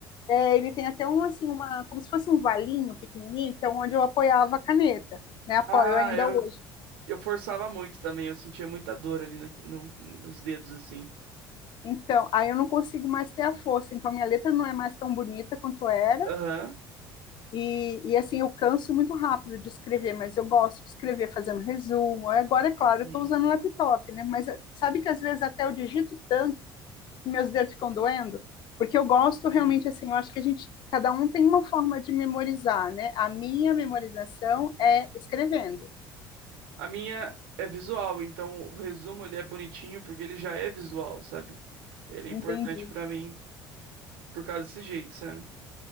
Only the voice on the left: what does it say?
é, ele tem até um assim, uma, como se fosse um valinho pequenininho, que é onde eu apoiava a caneta, né? Apoio
ainda
hoje.
Então, aí eu não consigo mais ter a força, então minha letra não é mais tão bonita quanto era.
E, e assim, eu canso muito rápido de escrever, mas eu gosto de escrever fazendo resumo. Agora, é claro,
eu estou usando laptop, né? Mas eh, sabe que às vezes até eu digito tanto meus dedos ficam doendo, porque eu gosto realmente
assim, eu acho que a gente, cada um tem uma forma de memorizar, né? A minha memorização é escrevendo.
Entendi,